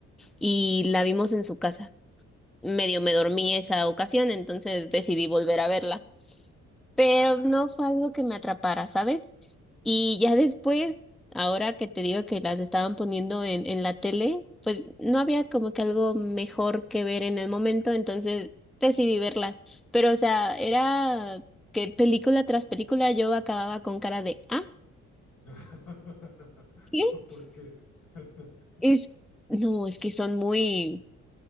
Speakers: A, in the centre; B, on the left.
A: y la vimos en su casa. Medio me dormí esa ocasión, entonces decidí volver a verla. Pero no fue algo que me atrapara, ¿sabes? Y ya después, ahora que te digo que las estaban poniendo en, en la tele, pues no había como que algo mejor que ver en el momento, entonces decidí verlas. Pero, o sea, era que película tras película yo acababa con cara de, ah,
B: <laughs>
A: ¿qué?
B: ¿Por qué? <laughs>
A: Es, no, es que son muy,